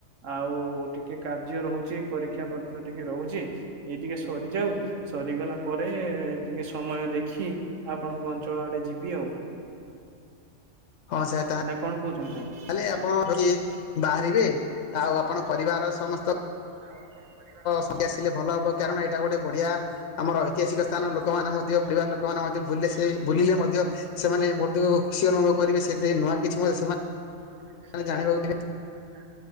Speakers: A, on the right; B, on the left.
A: ଆଉ ଟିକେ କାର୍ଯ୍ୟ ରହୁଛି ପରୀକ୍ଷା ପତ୍ର ଟିକେ ରହୁଛି। ଏଇ ଟିକେ ସରିଯାଉ ସରିଗଲା ପରେ ଟିକେ ସମୟ ଦେଖି ଆପଣଙ୍କ ଅଞ୍ଚଳ ଆଡେ ଯିବି ଆଉ
B: ହଁ ସାର୍ ତା
A: ନା କଣ କହୁଛନ୍ତି ସାର୍
B: ତାହେଲେ ଆପଣ କିଏ ବାହାରିବେ ଆଉ ଆପଣ ପରିବାର ସମସ୍ତ
A: ଆଉ ଆପଣ ପରିବାର
B: ସଂଖ୍ୟା
A: ସମସ୍ତଙ୍କ
B: ଆସିଲେ ଭଲ ହବ
A: ସମସ୍ତ
B: କାରଣ ଏଇଟା
A: ଲୋକ
B: ଗୋଟେ
A: ମାନଙ୍କୁ
B: ବଢିଆ ଆମର ଐତିହାସିକ ସ୍ଥାନ ଲୋକମାନେ ମଧ୍ୟ ପରିବାର ଲୋକମାନେ ମଧ୍ୟ ଭୁଲିଲେ ସେ ଭୁଲିଲେ ମଧ୍ୟ ସେମାନେ ବହୁତ ଖୁସି ଅନୁଭବ କରିବେ ସେଥି ନୂଆ କିଛି ମୋ ସେମାନେ
A: ଖୁସି ଅନୁଭବ କରିବେ ସେ
B: ଜାଣିବାକୁ
A: ନୂଆ କିଛି ସେମାନେ ଜାଣିବେ